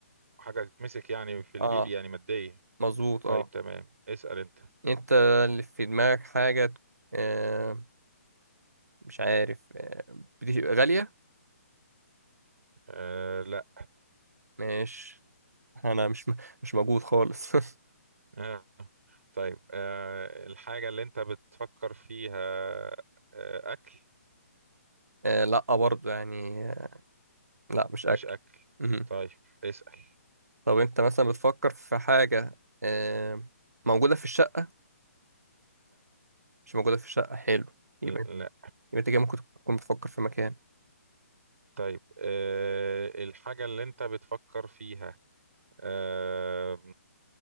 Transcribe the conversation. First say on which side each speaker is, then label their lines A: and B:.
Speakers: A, on the right (about 65°); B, on the right (about 80°).
A: وحاجة تتمسك يعني في الإيد
B: اه
A: يعني مادية
B: مظبوط
A: طيب
B: اه
A: تمام اسأل أنت
B: انت اللي في دماغك حاجه آه مش عارف آه بتبقى غاليه
A: آه، لا
B: ماشي انا مش م... مش موجود خالص <laughs>
A: آه، طيب آه، الحاجة اللي أنت بتفكر فيها آه، أكل
B: آه لا برضه يعني آه لا مش اكل
A: مش أكل
B: امم
A: طيب اسأل
B: طب انت مثلا بتفكر في حاجه آه موجوده في الشقه مش موجوده في الشقه حلو يبقى
A: لا
B: يبقى انت كده ممكن تكون بتفكر في مكان
A: طيب أه الحاجة اللي انت بتفكر فيها أه